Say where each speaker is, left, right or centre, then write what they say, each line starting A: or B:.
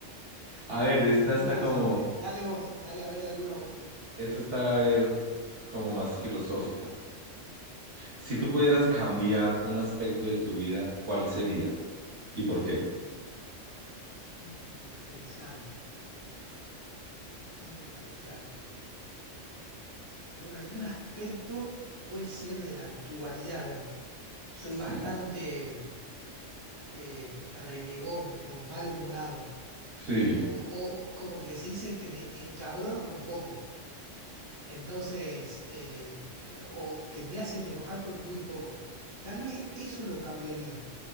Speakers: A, on the right (about 60°); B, on the right (about 30°).
A: A ver, esta
B: Interesante.
A: está como,
B: Dale vos, dale a ver alguna voz.
A: esta está, a ver, como más filosófica. Si
B: A ver.
A: tú pudieras cambiar un aspecto de tu vida, ¿cuál sería y por qué?
B: Mm, interesante, interesante. Bueno, algún aspecto puede ser de la actualidad, a ver. soy
A: Sí,
B: bastante eh, renegón o malhumorado,
A: sí,
B: o, o como que se dice que me encabrono con poco, entonces, eh, eh, o que me hacen enojar con muy poco. Tal vez eso lo cambiaría,